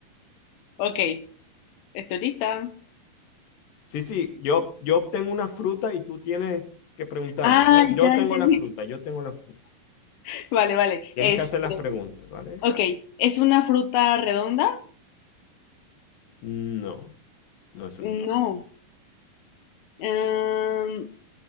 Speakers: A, on the left; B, on the left.
A: Ok, estoy lista.
B: Sí, sí, yo, yo obtengo una fruta y tú tienes que preguntarme,
A: Ah,
B: ¿sabes? Yo
A: ya
B: tengo
A: entendí.
B: la fruta, yo tengo la fruta.
A: <laughs> Vale, vale.
B: Tienes
A: Este,
B: que hacer las preguntas, ¿vale?
A: ok, ¿es una fruta redonda?
B: No, no es una
A: No.
B: fruta.
A: Em,